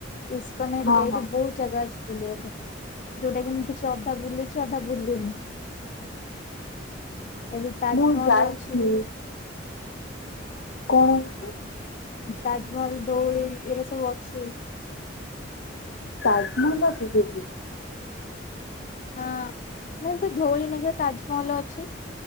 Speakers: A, on the left (about 40°); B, on the left (about 65°).
A: ଇସ୍କ
B: ହଁ
A: ଏଇଠି
B: ହଁ
A: ବହୁତ ଜାଗା ଅଛି। ବୁଲିବା ପାଇଁ ଯୋଉଟା କି ମୁଁ କିଛି ଅଧା ବୁଲିଚି ଅଧା ବୁଲିନି। ଏଠି ତାଜମହଲ
B: ମୁଁ ଯାଇଛି
A: ଅଛି।
B: କଣ ଅଛି?
A: ତାଜମହଲ ଧଉଳି ଏରା ସବୁ ଅଛି।
B: ତାଜମହଲ ଅଛି ସେଠି।
A: ହଁ ଅଁ ତ ଧଉଳି <unintelligible> ତାଜମହଲ ଅଛି।